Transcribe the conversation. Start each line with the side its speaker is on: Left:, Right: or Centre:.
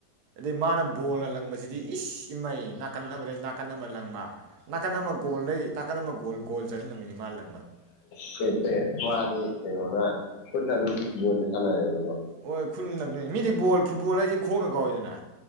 Right: ꯑꯗꯩ ꯃꯥꯅ ꯕꯣꯜ ꯂꯪꯕꯁꯤꯗꯤ ꯏꯁ ꯏꯃꯩ ꯅꯥꯀꯟ ꯑꯃꯗꯩꯩ ꯅꯥꯀꯟ ꯑꯃ ꯂꯪꯕ ꯅꯥꯀꯟ ꯑꯃ ꯒꯣꯜ ꯂꯩ ꯅꯥꯀꯟ ꯑꯃ ꯒꯣꯜ ꯒꯣꯜ ꯆꯜ <unintelligible>
Left: ꯁꯦ <unintelligible> ꯃꯥꯗꯤ ꯀꯩꯅꯣꯅ ꯈꯨꯠꯅ ꯑꯗꯨꯝ ꯌꯣꯜꯕ ꯁꯥꯟꯅꯔꯦꯕ
Right: ꯑꯣꯏ ꯈꯨꯠꯅ ꯂꯪꯗꯣꯏꯅꯦ ꯃꯤꯗꯤ ꯕꯣꯜ ꯐꯨꯠꯕꯣꯜ ꯍꯥꯏꯁꯤ ꯈꯣꯡꯅ ꯀꯥꯎꯏꯗ